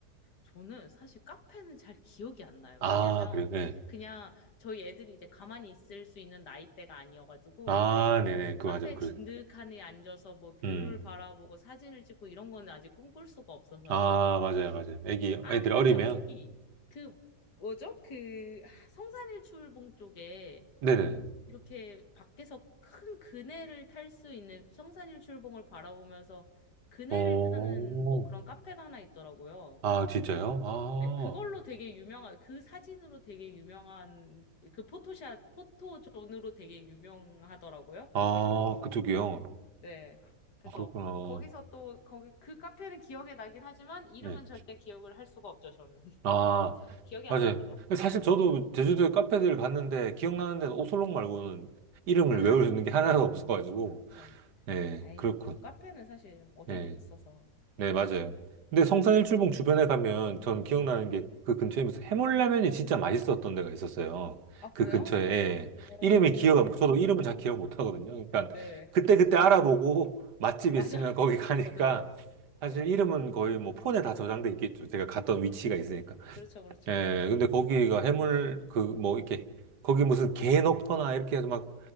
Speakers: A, on the left; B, on the right.
A: 저는 사실 카페는 잘 기억이 안 나요.
B: 아,
A: 왜냐면
B: 그래요? 네.
A: 그냥 저희 애들이 이제 가만히 있을 수 있는 나이대가 아니어가지고
B: 아, 네네. 그
A: 카페
B: 맞아요. 그렇
A: 진득하니 앉아서 뭐 뷰를
B: 음.
A: 바라보고 사진을 찍고 이런 거는 아직 꿈꿀 수가 없어서요.
B: 아, 맞아요, 맞아요. 애기,
A: 아,
B: 애들
A: 근데
B: 어리면.
A: 참 거기 그 뭐죠? 그 아, 성산일출봉 쪽에
B: 네네네.
A: 이렇게 밖에서 큰 그네를 탈 수 있는 성산일출봉을 바라보면서 그네를
B: 오,
A: 타는 뭐 그런 카페가 하나 있더라고요.
B: 아, 진짜요? 아,
A: 네, 그걸로 되게 유명한, 그 사진으로 되게 유명한, 그 포토샷, 포토존으로 되게 유명하더라고요.
B: 아, 그쪽이요.
A: 네. 네. 그래서
B: 아, 그렇구나.
A: 거기서 또 거기 그 카페는 기억에 나긴 하지만 이름은
B: 네.
A: 절대 기억을 할 수가 없죠, 저는. <laughs>
B: 아,
A: 기억이
B: 맞아요.
A: 안 납니다.
B: 사실 저도 제주도에 카페들 갔는데, 기억나는 데는 오설록 말고는 이름을
A: 아,
B: 외울 수 있는 게 하나도 없어가지고.
A: 그렇죠.
B: 네,
A: 아이,
B: 그렇군.
A: 뭐 카페는 사실 어디든
B: 예.
A: 있어서.
B: 네, 맞아요. 근데 성산일출봉 주변에 가면 전 기억나는
A: 네.
B: 게 그 근처에 무슨 해물라면이 진짜 맛있었던 데가 있었어요.
A: 아,
B: 그
A: 그래요?
B: 근처에. 예.
A: 어.
B: 이름이 기억 안, 저도 이름을 잘 기억 못 하거든요. 그러니까
A: 네.
B: 그때그때 알아보고 <laughs> 맛집
A: 맞아.
B: 있으면
A: <laughs>
B: 거기 가니까
A: 저도요.
B: 사실
A: 네.
B: 이름은 거의 뭐 폰에 다 저장돼 있겠죠. 제가 갔던 위치가
A: 그렇,
B: 있으니까.
A: 그렇죠, 그렇죠.
B: 예, 근데 거기가 해물 그 뭐 이렇게 거기 무슨 게 넣거나 이렇게 해서 막